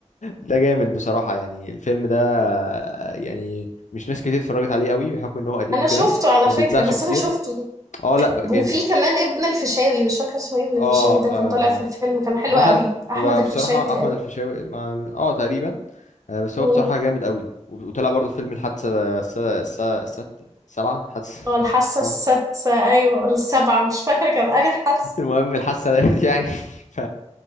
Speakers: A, on the left (about 85°); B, on the right (about 25°).
A: ده جامد بصراحة يعني الفيلم ده آه، يعني مش ناس كتير اتفرجت عليه قوي بحكم ان هو قديم
B: أنا
A: وكده
B: شفته على
A: ما
B: فكرة
A: بيتذاعش
B: بس
A: كتير
B: أنا شفته
A: اه لا بقى جامد
B: وفي كمان ابن الفيشاوي مش فاكرة اسمه ايه ابن الفيشاوي
A: اه
B: ده كان طالع في
A: آه،
B: الفيلم كان حلو
A: مثلا
B: قوي أحمد
A: هو
B: الفيشاوي
A: بصراحة
B: تقريبا
A: احمد الفيشاوي ما- اه تقريبا آه، بس هو
B: مم.
A: بصراحة جامد قوي وب- وطلع برضه في فيلم الحادثة الس- الس- الست سبعة حادثة
B: اه الحاسة
A: <laughs> السبعة
B: السادسة أيوة ولا السابعة مش فاكرة كان أنا حاسة
A: المهم الحادثة ديت يعني <laughs> ف